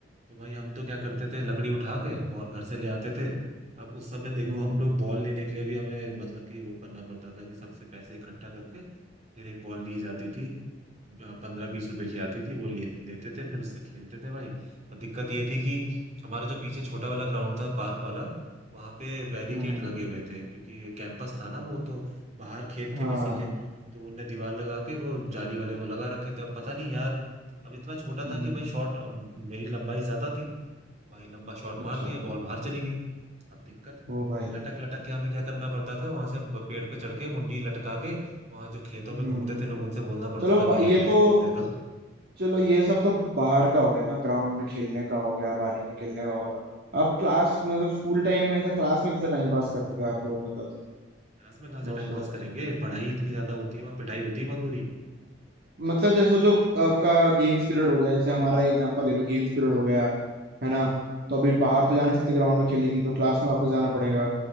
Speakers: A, on the right; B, on the right.
A: तो भाई हम तो क्या करते थे लकड़ी उठा के बॉल घर से ले आते थे अब उस समय देखो
B: हम्म,
A: हम लोग बॉल लेने के लिए भी हमें मतलब कि वो करना पड़ता था कि सबसे पैसे इकट्ठा करके फिर एक बॉल ली जाती थी पंद्रह बीस रुपए की आती थी वो ले, लेते थे फिर उससे खेलते थे भाई और दिक्कत ये थी कि हमारा जो पीछे छोटा वाला ग्राउंड था पार्क वाला वहां पे बैरिकेड
B: हम्म,
A: लगे हुए थे क्योंकि कैंपस था ना वो तो बाहर खेत
B: हाँ
A: थे किसी के तो उनने दीवार लगा के वो जाली वाले वो लगा रखे थे अब पता नहीं यार अब इतना छोटा
B: हम्म
A: था कि भाई शॉट मेरी लंबाई ज्यादा थी तो भाई लंबा शॉट
B: अच्छा
A: मार दिया बॉल बाहर चली गई अब दिक्कत
B: ओ भाई
A: अब लटक लटक के हमें क्या करना पड़ता था वहां से ब- पेड़ पे चढ़ के मुंडी लटका के वहां जो खेतों
B: हम्म
A: में घूमते थे लोग उनसे बोलना पड़ता
B: चलो ब-
A: था भैया
B: ये तो
A: प्लीज बॉल दे दो <laughs>
B: चलो ये सब तो बाहर का हो गया ना ग्राउंड में खेलने का हो गया बारिश में खेलने का होगा आप क्लास मतलब स्कूल टाइम में ऐसा क्लास में कैसा टाइम पास करते थे आप लोग मतलब
A: क्लास में कहाँ से
B: दोस्त
A: टाइम
B: लोग
A: पास करेंगे पढ़ाई इतनी ज्यादा होती है वहां पिटाई होती है बहुत बुरी
B: मतलब जैसे सोचो आपका गेम्स पीरियड हो गया जैसे हमारा एग्जांपल ले लो गेम्स पीरियड हो गया
A: हाँ
B: है ना तो अभी बाहर तो जा नहीं सकते ग्राउंड में खेलने के लिए तो क्लास में वापस जाना पड़ेगा